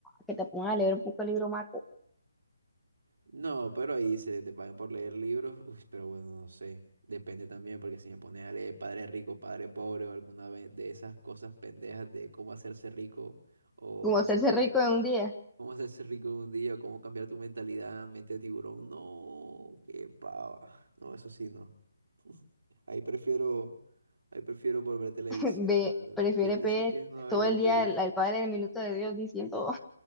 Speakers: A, in the centre; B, on the right.
A: que te pongan a leer un poco el libro maco,
B: No, pero ahí se te pagan por leer libros. Uy, pero bueno, no sé. Depende también, porque si me pones a leer Padre Rico, Padre Pobre o alguna ve- de esas cosas pendejas de cómo hacerse rico o
A: como
B: no
A: hacerse
B: sé qué,
A: rico en un día,
B: cómo hacerse rico en un día, o cómo cambiar tu mentalidad, mente de tiburón. No, qué pava. No, eso sí, no. <laughs> Ahí prefiero, ahí prefiero volver a televisión,
A: <laughs> ve,
B: la verdad.
A: prefiere
B: ¿Y,
A: ver
B: y eso qué es no haber-
A: todo
B: ver
A: el
B: televisión?
A: día el, el Padre del Minuto de Dios diciendo